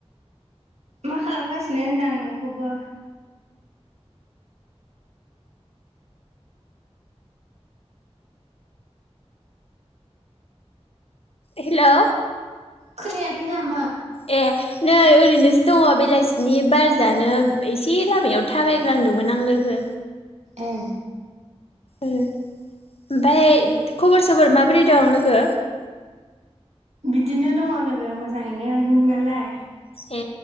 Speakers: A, on the right (about 75°); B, on the left (about 65°).
A: मा खालामगासिनो होनदां नोंखौबो
B: हेल'
A: खोनायाखै नामा
B: ए नै ओरैनोसो दङ। बेलासिनि बार जानो एसे लामायाव थाबायग्लांदोंमोन आं लोगो
A: ए
B: ओम ओमफाय खबर सबर माबोरै दं लोगो
A: बिदिनो दङ लोगो मोजाङैनो नोंनालाय
B: ए